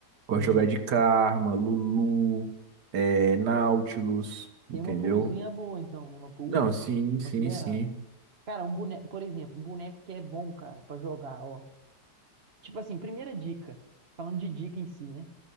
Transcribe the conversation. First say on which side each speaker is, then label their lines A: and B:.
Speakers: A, on the right; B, on the right.
A: entendi.
B: Gosto de jogar de Karma, Lulu, é, Nautilus, entendeu?
A: Tem uma poolzinha boa, então, né? Uma pool
B: Não, sim, sim,
A: considerável.
B: sim.
A: Cara, um boneco, por exemplo, um boneco que é bom, cara, pra jogar, ó. Tipo assim, primeira dica. Falando de dica em si, né?